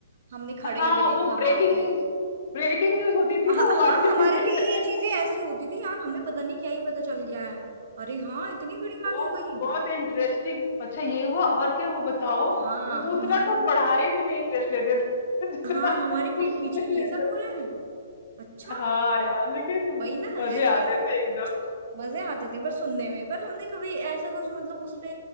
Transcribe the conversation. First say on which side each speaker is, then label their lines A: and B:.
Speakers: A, on the right (about 50°); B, on the left (about 45°).
A: हमने खड़े
B: हाँ
A: हुए देखा
B: वो ब्रेकिंग
A: वहां पे
B: न्यूज ब्रेकिंग न्यूज होती थी
A: हाँ
B: वो हमारे
A: हाँ हमारे
B: लिए
A: लिए
B: <laughs>
A: ये चीजें ऐसी होती थी यार हमें पता नहीं क्या ही पता चल गया है अरे हाँ इतनी बड़ी बात
B: बहुत
A: हो गई
B: बहुत इंटरेस्टिंग अच्छा ये हुआ और क्या हुआ बताओ
A: हाँ
B: ये तो उतना
A: हमारे
B: तो पढ़ाई में नहीं इंटरेस्ट लेते थे <laughs> जितना
A: हाँ हमारे पीठ
B: उसमें
A: पीछे ये
B: लेते
A: सब हो रहा है अच्छा
B: हाँ यार लेकिन
A: वही ना
B: मजे
A: ऐसी
B: आते
A: ऐसी
B: थे एकदम
A: मजे आते थे पर सुनने में पर हमने कभी ऐसा कुछ मतलब उस पे